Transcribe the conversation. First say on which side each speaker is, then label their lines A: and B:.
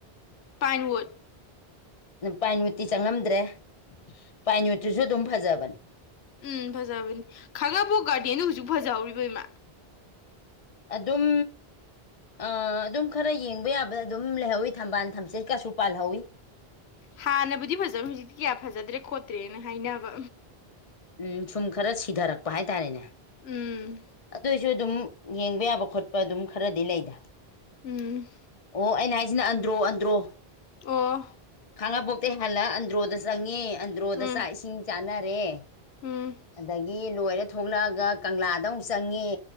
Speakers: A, on the left; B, on the left.
A: ꯄꯥꯏꯟꯋꯗ
B: ꯄꯥꯏꯌꯨꯠꯇꯤ ꯆꯪꯉꯝꯗ꯭ꯔꯦ ꯄꯥꯏꯅꯨꯠꯇꯤꯁꯨ ꯑꯗꯨꯝ ꯐꯖꯕꯅꯤ
A: ꯎꯝ ꯐꯖꯕꯅꯤ ꯈꯥꯒꯥꯕꯣꯛ ꯒꯥꯔꯗꯅ ꯍꯧꯖꯤꯛ ꯐꯖꯍꯧꯔꯤꯕ ꯏꯃꯥ
B: ꯑꯗꯨꯝ ꯑ ꯑꯗꯨꯝ ꯈꯔ ꯌꯦꯡꯕ ꯌꯥꯕꯗ ꯑꯗꯨꯝ ꯂꯩꯍꯧꯋꯤ ꯊꯝꯕꯥꯜ ꯊꯝꯆꯠ ꯀꯁꯨ ꯄꯥꯜꯍꯧꯋꯤ
A: ꯍꯥꯟꯅꯕꯨꯗꯤ ꯐꯖꯕ ꯍꯧꯖꯤꯛꯇꯤ ꯀꯌꯥ ꯐꯖꯗ꯭ꯔꯦ ꯈꯣꯠꯇ꯭ꯔꯦꯅ ꯍꯥꯏꯅꯕ
B: ꯎꯝ ꯁꯨꯝ ꯈꯔ ꯁꯤꯊꯔꯛꯄ ꯍꯥꯏꯇꯥꯔꯦꯅꯦ
A: ꯎꯝ ꯎꯝ
B: ꯑꯗꯨꯑꯣꯏꯁꯨ ꯑꯗꯨꯝ ꯌꯦꯡꯕ ꯌꯥꯕ ꯈꯣꯠꯄ ꯑꯗꯨꯝ ꯈꯔꯗꯤ ꯂꯩꯗ
A: ꯎꯝ
B: ꯑꯣ ꯑꯩꯅ ꯍꯥꯏꯁꯤꯅ ꯑꯟꯗ꯭ꯔꯣ ꯑꯟꯗ꯭ꯔꯣ
A: ꯑꯣ
B: ꯈꯥꯡꯉꯕꯣꯛꯇꯩ ꯍꯥꯟꯂ ꯑꯟꯗ꯭ꯔꯣꯗ ꯆꯪꯉꯦ ꯑꯟꯗ꯭ꯔꯣꯗ
A: ꯎꯝ
B: ꯆꯥꯛ ꯏꯁꯤꯡ ꯆꯥꯅꯔꯦ
A: ꯎꯝ
B: ꯑꯗꯒꯤ ꯂꯣꯏꯔ ꯊꯣꯛꯂꯛꯑꯒ ꯀꯪꯂꯥꯗ ꯑꯃꯨꯛ ꯆꯪꯉꯦ